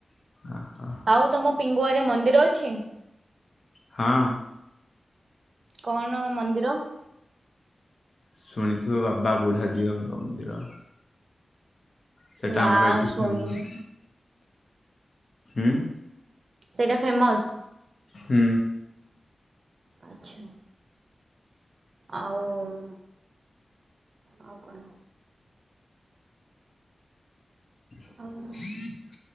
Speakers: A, on the left; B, on the right.
A: ଓହୋ।
B: ଆଉ ତମ ପିଙ୍ଗୁଆରେ ମନ୍ଦିର ଅଛି?
A: ହଁ।
B: କଣ ମନ୍ଦିର?
A: ଶୁଣିଥିବ ବାବା ବୁଢ଼ା ଝିଅଙ୍କ ମନ୍ଦିର। ସେଟା
B: ନା
A: ଆମର ଏଠି
B: ଶୁଣିନି
A: ଫେମସ୍ ଉଁ
B: ସେଇଟା ଫେମସ୍
A: ହୁଁ।
B: ଆଚ୍ଛା। ଆଉ ଆଉ କଣ
A: ହୁଁ।
B: ଆଉ
A: <unintelligible>